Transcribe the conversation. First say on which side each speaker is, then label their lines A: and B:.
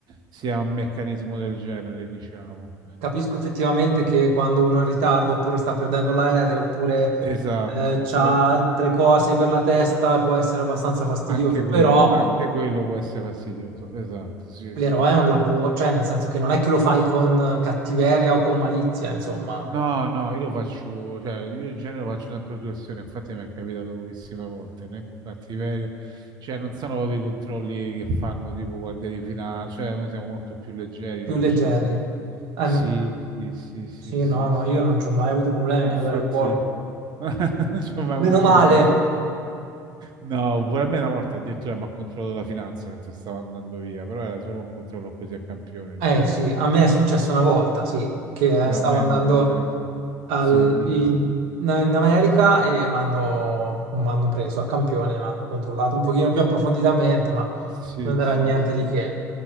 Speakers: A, on the right; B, on the right.
A: sia un meccanismo del genere, diciamo.
B: capisco effettivamente che quando uno è in ritardo oppure sta perdendo l'aereo oppure
A: Esatto,
B: eh, c'ha
A: sopra-
B: altre cose per la testa può essere abbastanza fastidioso,
A: anche quello,
B: però,
A: anche quello può essere fastidioso. Esatto, sì,
B: però
A: sì,
B: è
A: sì.
B: un lavoro, cioè nel senso che non è che lo fai con cattiveria o con malizia, insomma,
A: No, no, io lo faccio, cioè, io in genere lo faccio sempre per situazione, infatti mi è capitato pochissime volte, né con cattiveria, cioè non sono proprio i controlli che fanno tipo guardia di finanza, cioè noi siamo molto più leggeri,
B: più
A: lo facciamo
B: leggeri.
A: proprio.
B: Ehm,
A: Sì, sì, sì, sì,
B: sì,
A: sì,
B: no, no,
A: sì,
B: io non
A: sì.
B: ci ho mai avuto problemi
A: Infatti
B: all'aeroporto.
A: <laughs> non ci ho mai avuto
B: Meno male.
A: problemi. No, pure a me una volta addirittura mi ha controllato la finanza mentre stavo andando via, però era solo un controllo così a campione, diciamo.
B: Eh sì, a me è successo una volta, sì, che
A: Pure
B: eh, stavo
A: a me
B: andando
A: una volta che...
B: al-
A: Sì, dimmi.
B: in, in America e mi hanno
A: Mm.
B: m'hanno preso a campione, mi hanno controllato un pochino più approfonditamente, ma
A: Sì,
B: non
A: sì,
B: era niente
A: sì.
B: di che.